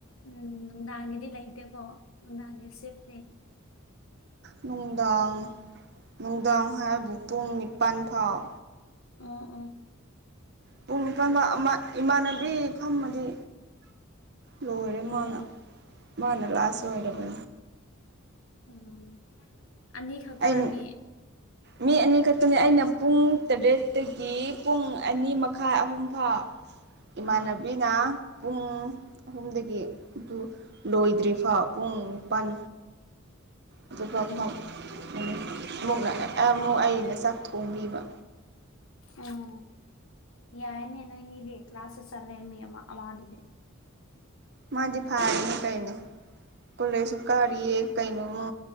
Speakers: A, on the left; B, on the right.
A: ꯎꯝ ꯅꯨꯡꯗꯥꯡꯒꯤꯗꯤ ꯂꯩꯇꯦꯀꯣ ꯅꯨꯡꯗꯥꯡꯒꯤ ꯁꯦꯐꯅꯦ
B: ꯅꯨꯡꯗꯥꯡ ꯅꯨꯡꯗꯥꯡ ꯍꯥꯏꯕꯨ ꯄꯨꯡ ꯅꯤꯄꯜ ꯐꯥꯎ
A: ꯑ ꯑꯥ
B: ꯄꯨꯡ ꯅꯤꯄꯥꯥꯟ ꯏꯃꯥꯟꯅꯕꯤ ꯐꯝꯃꯗꯤ ꯂꯣꯏꯔꯦ
A: ꯑꯣ
B: ꯃꯥꯅ
A: ꯑꯣ
B: ꯃꯅ ꯂꯥꯛꯑꯁꯨ ꯑꯣꯏꯔꯕꯨ
A: ꯎꯝ ꯑ ꯈ ꯇꯅ
B: ꯑꯩ
A: ꯑꯃꯤ
B: ꯃꯤ ꯑꯅꯤꯈꯛꯇꯅꯤ ꯑꯩꯅ ꯄꯨꯡ ꯇꯔꯦꯠ ꯗꯒꯤ ꯄꯨꯡ ꯑꯅꯤ ꯃꯈꯥꯏ ꯑꯍꯨꯝꯐꯥꯎ ꯏꯃꯥꯟꯅꯕꯤꯅ
A: ꯑꯥ
B: ꯄꯨꯡ ꯑꯍꯨꯝꯗꯒꯤ ꯑꯗꯨ ꯂꯣꯏꯗ꯭ꯔꯤꯐ ꯄꯨꯡ ꯅꯤꯄꯜ ꯑꯗꯨꯒ
A: ꯎꯝ
B: ꯑꯃꯨꯛ ꯑꯃꯨꯛ ꯑꯩꯅ ꯆꯥꯛ ꯊꯣꯡꯕꯤꯕ
A: ꯎꯝ ꯌꯥꯏꯅꯦ ꯅꯣꯏꯅꯤꯗꯤ ꯀ꯭ꯂꯥꯁꯦ ꯆꯠꯅꯦ ꯃꯤ ꯑꯃ ꯑꯃꯥꯗꯨꯗꯤ
B: ꯃꯥꯗꯤ ꯐꯥꯔꯤꯅꯤ ꯀꯩꯅꯣ ꯀꯣꯂꯦꯖꯁꯨ ꯀꯥꯔꯤꯌꯦ ꯀꯩꯅꯣꯃꯨ